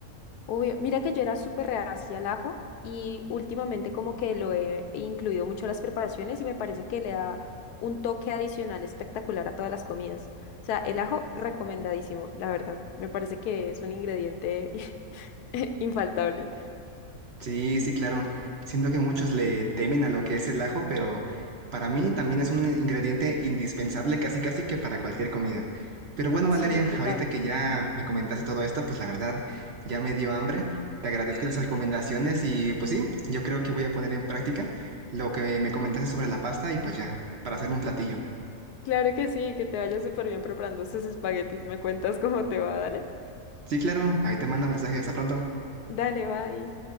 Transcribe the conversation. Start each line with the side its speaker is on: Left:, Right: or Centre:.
Left: Obvio, mira que yo era súper reacia al ajo y últimamente como que lo he incluido mucho a las preparaciones y me parece que le da un toque adicional espectacular a todas las comidas. O sea, el ajo recomendadísimo, la verdad. Me parece que es un ingrediente <laughs> infaltable.
Right: Sí, sí, claro. Siento que muchos le temen a lo que es el ajo, pero para mí también es un ingrediente indispensable casi casi que para cualquier comida. Pero bueno, Valeria,
Left: Sí, total.
Right: ahorita que ya me comentaste todo esto, pues la verdad ya me dio hambre. Te agradezco las recomendaciones y pues sí, yo creo que voy a poner en práctica lo que me comentaste sobre la pasta y pues ya, para hacer un platillo.
Left: Claro que sí, que te vayas súper bien preparando esos espaguetis. Me cuentas cómo te va, dale.
Right: Sí, claro, ahí te mando mensaje. Hasta pronto.
Left: Dale, bye.